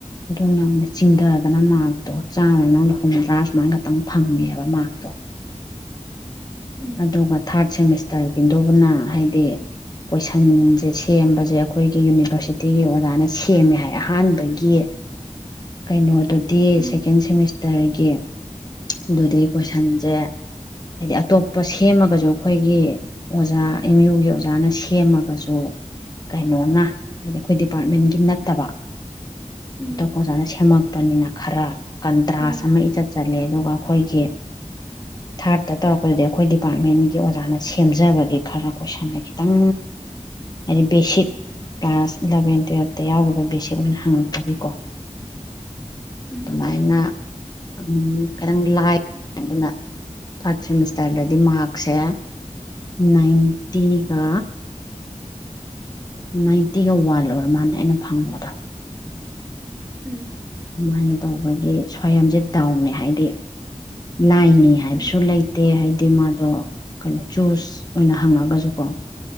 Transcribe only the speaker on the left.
ꯑꯗꯨꯅ ꯑꯣꯏꯅ ꯆꯤꯡꯊꯗꯅ ꯃꯥꯔꯛꯇꯣ ꯆꯥꯝꯃꯩ ꯃꯅꯨꯡꯗ ꯍꯨꯝꯗ꯭ꯔꯥ ꯁꯨꯃꯥꯏꯅ ꯈꯛꯇꯪ ꯐꯪꯉꯦꯕ ꯃꯥꯔꯛꯇꯣ <inaudible>
ꯑꯗꯨꯒ ꯊꯥꯔꯠ ꯁꯦꯃꯤꯁꯇꯔꯒꯤꯗꯨꯕꯨꯅ ꯍꯥꯏꯗꯤ ꯀꯣꯏꯁꯟꯁꯦ ꯁꯦꯝꯕꯁꯦ ꯑꯩꯈꯣꯏꯒꯤ ꯌꯨꯅꯤꯚꯔꯁꯤꯇꯤꯒꯤ ꯑꯣꯖꯥꯅ ꯁꯦꯝꯃꯦ ꯍꯥꯏ ꯑꯍꯥꯟꯕꯒꯤ ꯀꯩꯅꯣ ꯑꯗꯨꯗꯤ
ꯁꯦꯀꯦꯟ ꯁꯦꯃꯤꯁꯇꯔꯒꯤ ꯑꯗꯨꯗꯤ ꯀꯣꯏꯁꯟꯁꯦ ꯍꯥꯏꯗꯤ ꯑꯇꯣꯞꯄ ꯄ ꯁꯦꯝꯃꯒꯁꯨ ꯑꯩꯈꯣꯏꯒꯤ ꯑꯣꯖꯥ ꯑꯦꯝ ꯌꯨꯒꯤ ꯑꯣꯖꯥꯅ ꯁꯦꯝꯃꯒꯁꯨ ꯀꯩꯅꯣꯅ ꯍꯥꯏꯗꯤ ꯑꯩꯈꯣꯏ ꯗꯤꯄꯥꯔꯠꯃꯦꯟꯒꯤ ꯅꯠꯇꯕ
ꯑꯇꯣꯞꯄ ꯑꯣꯖꯥꯅ ꯁꯦꯝꯃꯛꯄꯅꯤꯅ ꯈꯔ ꯀꯟꯇ꯭ꯔꯥꯁ
ꯑꯃ ꯏꯆꯠ ꯆꯠꯂꯦ ꯑꯗꯨꯒ ꯑꯩꯈꯣꯏꯒꯤ ꯊꯥꯔꯠꯇ ꯇꯧꯔꯛꯄꯗꯨꯗꯤ ꯑꯩꯈꯣꯏ ꯗꯤꯄꯥꯔꯠꯃꯦꯟꯒꯤ ꯑꯣꯖꯥꯅ ꯁꯦꯝꯖꯕꯒꯤ ꯈꯔ ꯀꯣꯏꯁꯟꯗ ꯈꯤꯇꯪ ꯍꯥꯏꯗꯤ ꯕꯦꯁꯤꯠ ꯀ꯭ꯂꯥꯁ ꯏꯂꯚꯦꯟ ꯇꯨꯋꯜꯞꯇ ꯌꯥꯎꯈꯤꯕ ꯕꯦꯁꯤꯛ ꯑꯣꯏꯅ ꯍꯪꯉꯛꯄꯒꯤꯀꯣ
ꯑꯗꯨꯃꯥꯏꯅ ꯎꯝ ꯈꯤꯇꯪ ꯂꯥꯏ ꯑꯗꯨꯅ ꯊꯥꯔꯠ ꯁꯦꯃꯤꯁꯇꯔ ꯏꯁꯇꯔꯗꯗꯤ ꯃꯥꯔꯛꯁꯦ ꯅꯥꯏꯟꯇꯤꯒ ꯅꯥꯏꯟꯇꯤꯒ ꯋꯥꯜ ꯑꯣꯏꯔꯥ ꯃꯥꯅꯦ ꯑꯩꯅ ꯐꯪꯕꯗꯣ
ꯑꯗꯨꯃꯥꯏꯅ ꯇꯧꯕꯒꯤ ꯁ꯭ꯋꯥꯝꯁꯦ ꯗꯥꯎꯅꯦ ꯍꯥꯏꯗꯤ ꯂꯥꯏꯅꯤ ꯍꯥꯏꯕꯁꯨ
ꯂꯩꯇꯦ ꯍꯥꯏꯗꯤ ꯃꯥꯗꯣ ꯀꯩꯅꯣ ꯆꯨꯁ ꯑꯣꯏꯅ ꯍꯪꯉꯒꯁꯨꯀꯣ